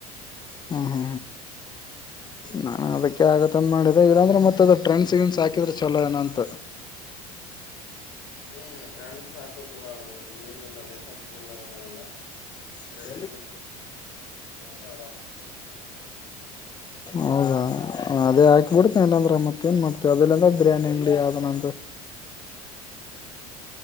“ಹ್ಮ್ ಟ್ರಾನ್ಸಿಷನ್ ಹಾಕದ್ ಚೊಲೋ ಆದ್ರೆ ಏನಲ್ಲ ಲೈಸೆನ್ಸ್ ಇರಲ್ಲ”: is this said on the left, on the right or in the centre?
Left